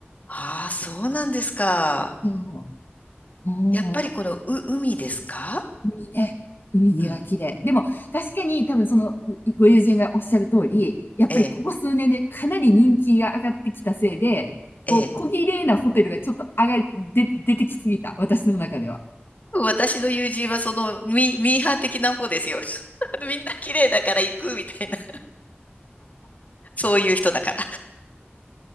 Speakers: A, on the left; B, on the left.
A: ああー、そうなんですか。
B: そう。も
A: やっぱりこの、う、海ですか
B: う、海ね。海が綺麗。
A: うん。
B: でも、確かに多分その、ご友人がおっしゃる通り、やっぱりここ数年でかなり人気が上がってきたせいで、
A: ええ。
B: こう、
A: ええ。
B: 小綺麗なホテルがちょっと上がり、で、出てきすぎた。私の中では。
A: 私の友人はそのミ、ミーハー的な方ですよ。<laughs> みんな綺麗だから行くみたいな。そういう人だから。